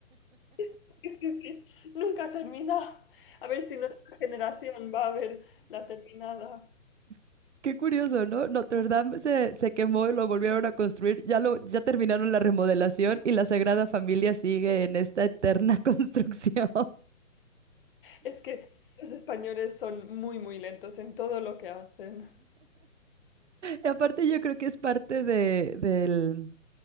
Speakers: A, on the left; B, on the right.
A: <laughs> sí, sí, sí. Nunca termina. A ver si nuestra generación va a ver la terminada.
B: <laughs> Qué curioso, ¿no? Notre Dame se, se quemó y lo volvieron a construir. Ya lo, ya terminaron la remodelación y la Sagrada Familia sigue en esta eterna <laughs> construcción.
A: Es que los españoles son muy, muy lentos en todo lo que hacen.
B: Y aparte yo creo que es parte de, del